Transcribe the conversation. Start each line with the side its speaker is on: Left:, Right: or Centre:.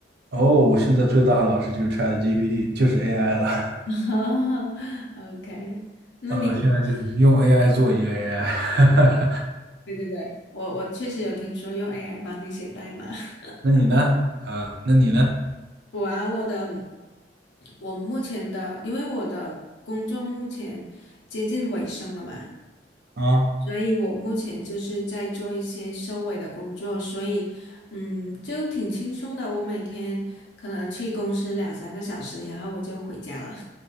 Right: 哦，我现在最大的老师就是 ChatGPT，就是 AI 了。<laughs>
Left: <laughs> OK，那你，
Right: 嗯，现在就是用
Left: 嗯
Right: AI 做一个 AI。
Left: 对对对，我我确实有听说用 AI 帮你写代码。
Right: <laughs>
Left: <laughs>
Right: 那你呢？啊，那你呢？
Left: 我啊，我的，我目前的，因为我的工作目前接近尾声了嘛。
Right: 啊。
Left: 所以我目前就是在做一些收尾的工作，所以嗯，就挺轻松的。我每天可能去公司两三个小时，然后我就回家了。